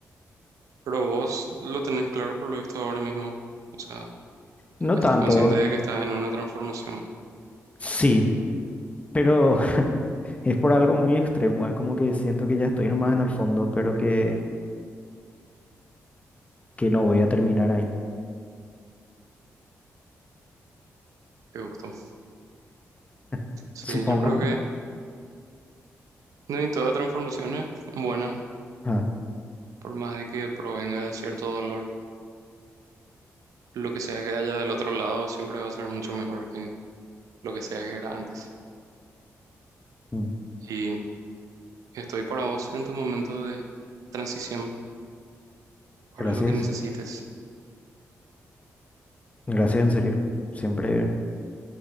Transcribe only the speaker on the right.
Pero vos lo tenés claro por lo visto ahora mismo. O sea,
estás
consciente de que estás en una transformación.
Qué gusto.
Sí,
yo creo que no hay toda transformación es buena,
por más de que provenga de cierto dolor. Lo que sea que haya del otro lado siempre va a ser mucho mejor que lo que sea que era antes.
Y estoy para vos en tu momento de transición, para
lo que necesites.